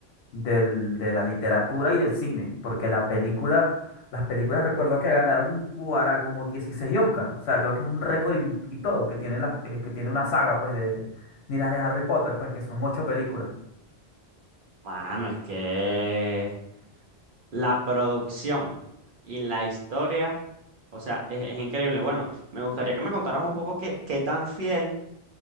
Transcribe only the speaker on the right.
Mano, es que la producción y la historia, o sea, es, es increíble. Bueno, me gustaría que me contaras un poco qué, qué tan fiel